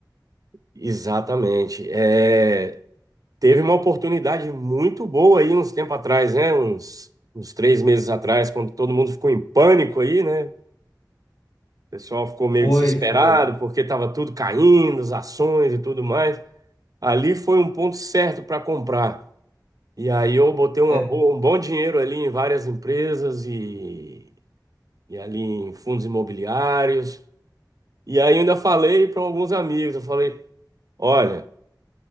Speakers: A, on the right; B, on the left.
A: Exatamente. É, teve uma oportunidade muito boa aí uns tempo atrás, né? Uns, uns três meses atrás, quando todo mundo ficou em pânico aí, né? O pessoal ficou meio
B: Foi,
A: desesperado
B: foi.
A: porque estava tudo caindo, as ações e tudo mais. Ali foi um ponto certo para comprar. E aí eu botei uma
B: É
A: boa- um bom dinheiro ali em várias empresas e, e ali em fundos imobiliários. E aí eu ainda falei para alguns amigos, eu falei, olha,